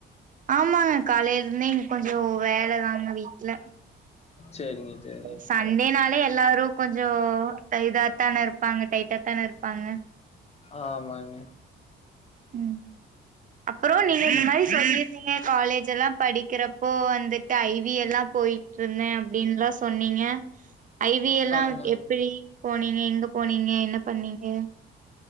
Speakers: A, on the right; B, on the left.
A: ஆ மாங்க காலைல இருந்தே இங்க கொஞ்சோ வேலதாங்க வீட்ல
B: செரிங்க செரிங்க
A: சண்டேனாலே எல்லாரு கொஞ்சோ இதாப் தான இருப்பாங்க டைட்டாதான இருப்பாங்க
B: ஆமாங்க
A: ம் அப்புறோ நீங்க
B: ம்
A: இந்த மாரி சொல்லிருந்தீங்க காலேஜ்ல்லா படிக்கிறப் ஓ அந்தட்டு ஐவி எல்லா போய்ட்ர்ந்தே அப்பிடின்ல்லா சொன்னீங்க ஐவி எல்லா
B: ஆமா
A: எப்பிடி போனீங்க இங்க போனீங்க என்னப் பண்ணீங்க